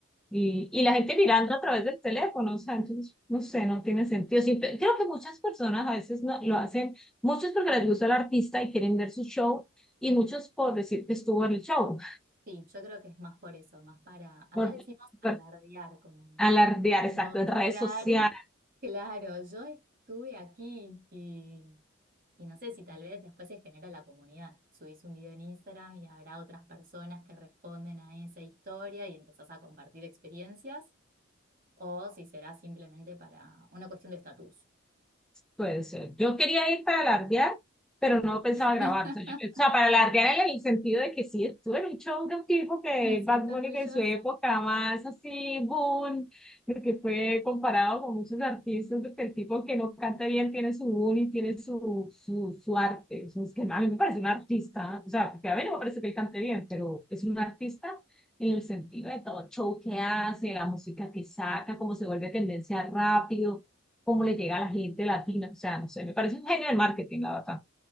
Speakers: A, in the centre; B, on the right.
A: Y, y la gente mirando a través del teléfono, o sea, entonces, no sé, no tiene sentido. Sí, pe- creo que muchas personas a veces no, lo hacen, muchos porque les gusta el artista y quieren ver su show, y muchos por decir que estuvo en el show,
B: Sí, yo creo que es más por eso, más para, acá
A: por,
B: decimos alardear,
A: por
B: como
A: alardear,
B: Mostrar,
A: exacto, en redes sociales.
B: claro, yo estuve aquí y, y no sé si tal vez después se genera la comunidad. Subís un video en Instagram y habrá otras personas que responden a esa historia y empezás a compartir experiencias, o si será simplemente para una cuestión de estatus.
A: Puede ser. Yo quería ir para alardear, pero no pensaba
B: <laughs>
A: grabar. O sea, yo- o sea, para alardear en el sentido de que sí, estuve en un show de un tipo que
B: Me siento
A: Bad Bunny
B: orgullosa.
A: que en su época más así, boom, de que fue comparado con muchos artistas, porque el tipo que no canta bien tiene su boom y tiene su, su, su arte. O sea, es que a mí me parece un artista, o sea, porque a mí no me parece que él cante bien, pero es un artista en el sentido de todo el show que hace, la música que saca, cómo se vuelve tendencia rápido cómo le llega a la gente latina. O sea, no sé, me parece un genio del marketing, la verdad.